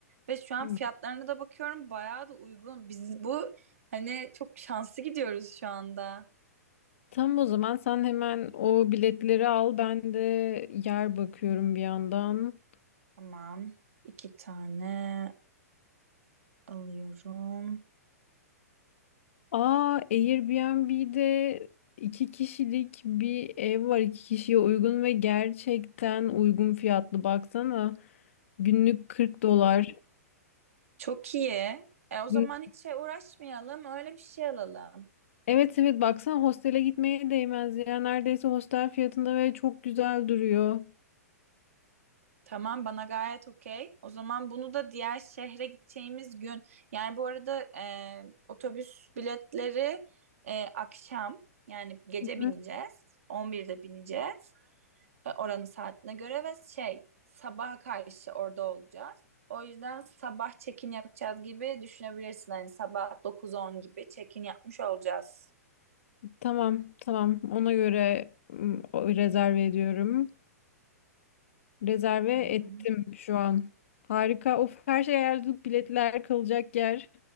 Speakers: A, on the right (about 55°); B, on the left (about 55°).
A: Ve şu an
B: Hı.
A: fiyatlarına da bakıyorum bayağı da uygun. Biz bu hani çok şanslı gidiyoruz şu anda.
B: Tamam o zaman sen hemen o biletleri al. Ben de yer bakıyorum bir yandan.
A: Tamam. iki tane alıyorum.
B: Aa Airbnb'de iki kişilik bir ev var. İki kişiye uygun ve gerçekten uygun fiyatlı baksana. Günlük 40 dolar.
A: Çok iyi. E, o zaman
B: Gün-
A: hiç şey uğraşmayalım, öyle bir şey alalım.
B: Evet evet baksana hostele gitmeye değmez ya. Neredeyse hostel fiyatında ve çok güzel duruyor.
A: Tamam bana gayet okey. O zaman bunu da diğer şehre gideceğimiz gün. Yani bu arada e, otobüs biletleri e, akşam yani gece
B: Hı hı.
A: bineceğiz. 11'de bineceğiz. E, oranın saatine göre ve şey sabaha karşı orada olacağız. O yüzden sabah check-in yapacağız gibi düşünebilirsin. Hani sabah 9-10 gibi check-in yapmış olacağız.
B: Tamam tamam ona göre ım, o- rezerve ediyorum. Rezerve
A: Tamam.
B: ettim şu an. Harika. Of her şey ayarladık. Biletler kalacak yer.